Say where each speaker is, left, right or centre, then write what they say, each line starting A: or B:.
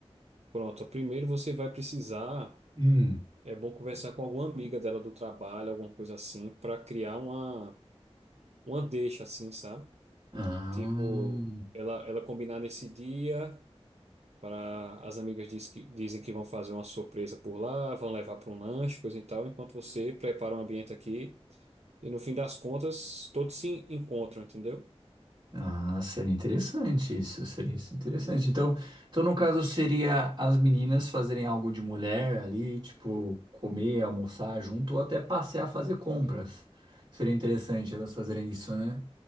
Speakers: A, on the right; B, on the right.
A: pronto, ó, primeiro você vai precisar,
B: Hum.
A: é bom conversar com alguma amiga dela do trabalho, alguma coisa assim, para criar uma, uma deixa assim, sabe?
B: Ah.
A: Tipo, ela, ela combinar nesse dia, para as amigas diz que, dizem que vão fazer uma surpresa por lá, vão levar para um lanche, coisa e tal, enquanto você prepara um ambiente aqui. E no fim das contas, todos se encontram, entendeu?
B: Ah, seria interessante isso, seria isso interessante.
A: Hum.
B: Então, então, no caso, seria as meninas fazerem algo de mulher ali, tipo, comer, almoçar junto, ou até passear, fazer compras. Seria interessante elas fazerem isso, né?